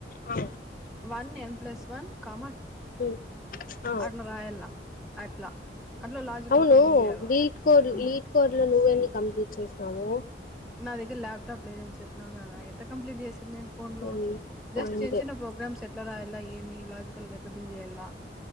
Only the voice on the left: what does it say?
ఆ
ఉ ఆ
అవును
లీట్ కోడ్
లీట్ కోడ్ లో నువ్వెన్ని కంప్లీట్ చేసినావు
ఉమ్ పాయింటే